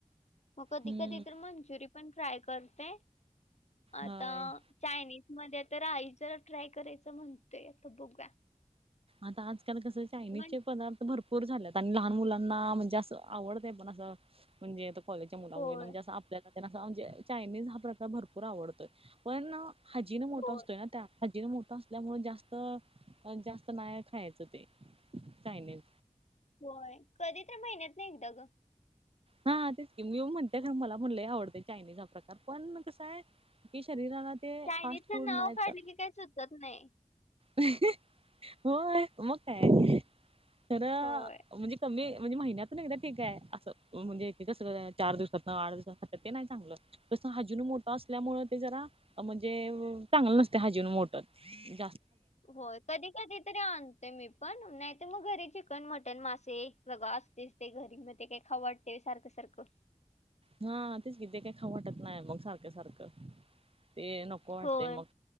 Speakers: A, on the left; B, on the right.
A: मग कधी
B: हम्म.
A: कधी तर मंचुरी पण ट्राय करतेय आता
B: होय.
A: चायनीज मध्ये आता राही ज ट्राय करायचं म्हणतोय आता बघ
B: आता आजकाल कसं चायनीज
A: मग
B: चे पण भरपूर झालेत आणि लहान मुलांना म्हणजे असं आवडतय पण असं म्हणजे कॉलेजच्या मुला
A: होय
B: मुमुळे म्हजे अस म्हणजे चायनीज हा प्रकार भरपूर आवडतोय पण हाजी न मोठा
A: होय
B: असतोय ना खजीन मोठं असल्यामुळे जास्त जात नाही खायचं ते चायनीज
A: होय कधी त्या महिन्यात नेलत ग
B: हा तेच की मी ये म्हणतेय खर मला म्हणलंय आवडते चायनीज हा प्रकार पण कसा आहे ही शरीराला ते
A: चायनीजच
B: फास्ट फूड
A: नाव
B: नाही
A: काढलं
B: तर
A: की काही सुचत नाही
B: होय मग काय खरं
A: होय
B: म्हणजे म म्हणजे महिन्यातुन एकदा ठीक आहे असं म्हणजे कसं चार दिवसात ना आठ दिवसात ते नाही चांगलं तसं हाजीनु मोठं असल्यामुळे ते जरा म्हणजे चांगलं नसते हाजीन मोठत
A: होय कधी कधी तरी आण ते मी पण नाहीत मग घरी चिकन मटन मासे बग असतेच ते घरी मग ते काही खाव वा ते सारखं सारखं
B: हा तेच किे काही खावु वाटत नाही मग सारखं सारखं ते नक कोते
A: होय
B: मग